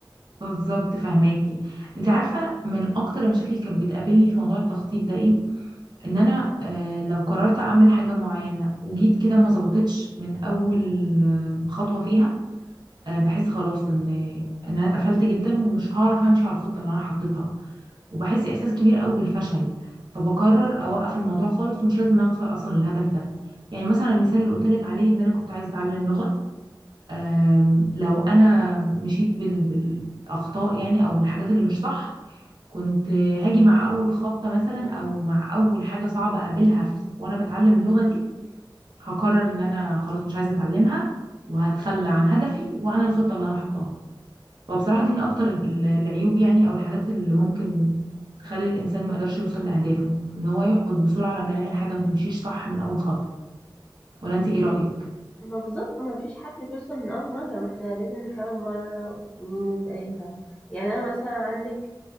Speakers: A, on the right; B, on the left.
A: بالظبط فهماكي انت عارفه من اكتر المشاكل اللي كانت بتقابلني في موضوع التخطيط ده ايه ان انا آه لو قررت اعمل حاجه معينه وجيت كده ما ظبطتش من اول آه، خطوه فيها آه، بحس خلاص ان ان انا اتقفلت جدا ومش هعرف امشي على الخطه اللي انا حطيتها وبحس احساس كبير قوي بالفشل فبقرر اوقف الموضوع خالص ومش لازم اوصل اصلا للهدف ده يعني مثلا المثال اللي قلت لك عليه ان انا كنت عايزه اتعلم لغه آم، لو انا مشيت بال... بالاخطاء يعني او بالحاجات اللي مش صح كنت هاجي مع اول خبطه مثلا او مع اول حاجه صعبه اقابلها في... وانا بتعلم اللغه دي هقرر ان انا خلاص مش عايزه اتعلمها وهتخلى عن هدفي وعن الخطه اللي انا حطاها فبصراحة دي من أكتر ال- العيوب يعني أو الحاجات اللي ممكن تخلي الإنسان ما يقدرش يوصل لأهدافه إن هو يحبط بسرعة لما يلاقي الحاجة ما تمشيش صح من أول خطوة ولا أنت إيه
B: ما
A: رأيك؟
B: ما بالظبط ما فيش حد بيوصل من أول مرة ما احنا لازم نحاول مرة واتنين وتلاتة يعني أنا مثلا عندك